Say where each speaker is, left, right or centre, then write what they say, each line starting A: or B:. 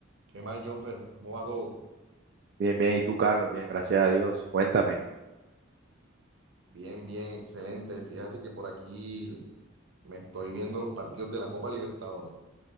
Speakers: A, on the right; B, on the right.
A: ¿Qué más, Jonfer? ¿Cómo va todo?
B: Bien, bien, ¿y tú, Carlos? Bien, gracias a Dios. Cuéntame.
A: Bien, bien, excelente. Fíjate que por aquí me estoy viendo los partidos de la Copa Libertadores.